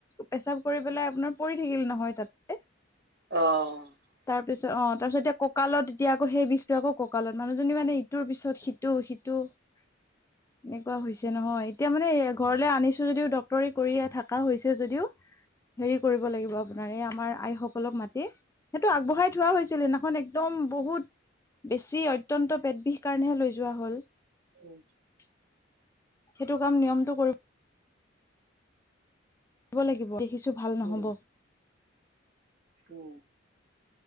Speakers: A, on the left; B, on the right.
A: পেচাব কৰি পেলাই আপোনাৰ পৰি থাকিল নহয় তাতে <unintelligible>
B: অ <unintelligible>
A: তাৰপিছত অঁ তাৰপিছত এতিয়া ককালত এতিয়া আকৌ সেই বিষটো আকৌ ককালত মানুহজনী মানে ইটোৰ পিছত সিটো <unintelligible> সেইটো <unintelligible> এনেকুৱা হৈছে নহয় এতিয়া মানে ঘৰলৈ আনিছো যদিও ডক্টৰী কৰি থকা হৈছে যদিও <unintelligible> <unintelligible> হেৰি কৰিব লাগিব আপোনাৰ এই আমাৰ আইসকলক মাতি <unintelligible> <unintelligible> সেইটো আগবঢ়াই থোৱা হৈছিল সেইদিনাখন একদম বহুত <unintelligible> বেছি অত্যন্ত পেট বিষ কাৰণেহে লৈ যোৱা হল <unintelligible>
B: উম
A: সেইটো কাম নিয়মটো কৰিব। লাগিব দেখিছো ভাল নহব।
B: উম উম